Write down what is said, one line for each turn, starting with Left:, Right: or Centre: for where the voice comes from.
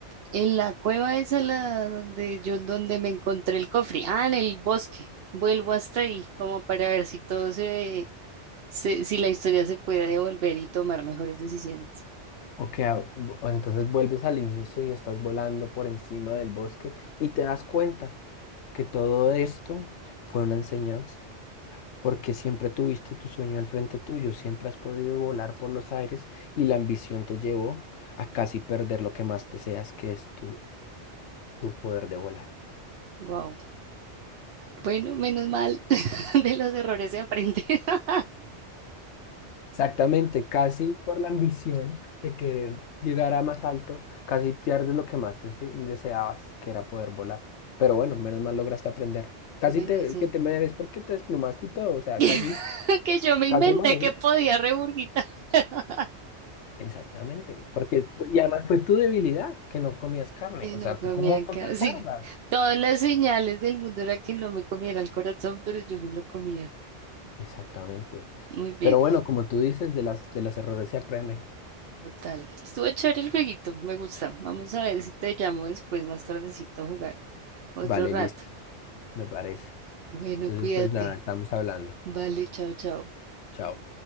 Right: En la cueva esa la donde yo donde me encontré el cofre. Ah, en el bosque. Vuelvo hasta ahí, como para ver si todo se, se- si la historia se puede devolver y tomar mejores decisiones.
Left: Ok, ah, bu- entonces vuelves al inicio y estás volando por encima del bosque y te das cuenta que todo esto fue una enseñanza, porque siempre tuviste tu sueño al frente tuyo, siempre has podido volar por los aires y la ambición te llevó a casi perder lo que más deseas, que es tu, tu poder de volar.
Right: Wow. bueno, menos mal. <laughs> De los errores se aprende. <laughs>
Left: Exactamente, casi por la ambición de querer llegar a más alto, casi pierdes lo que más dese- deseabas, que era poder volar. Pero bueno, menos mal lograste aprender. Casi
Right: Bueno,
Left: te,
Right: sí.
Left: que te mereces porque te desplumaste y todo, o sea,
Right: <laughs>
Left: casi,
Right: Que yo me
Left: casi
Right: inventé
Left: malo,
Right: que
Left: ¿sí?
Right: podía regurgitar. <laughs>
Left: Exactamente, porque y además fue tu debilidad que no comías carne,
Right: Que
Left: o
Right: no
Left: sea,
Right: comían
Left: ¿tú cómo
Right: carne.
Left: no te acuerdas?
Right: Sí, todas las señales del mundo era que no me comiera el corazón, pero yo me lo comía.
Left: Exactamente.
Right: Muy bien.
Left: Pero bueno, como tú dices, de las de los errores se aprende.
Right: Total. Estuvo chévere el jueguito, me gusta. Vamos a ver si te llamo después, más tardecito a jugar otro
Left: Vale,
Right: rato.
Left: listo, me parece.
Right: Bueno,
Left: Entonces,
Right: cuídate.
Left: pues nada, estamos hablando.
Right: Vale, chao, chao.
Left: Chao.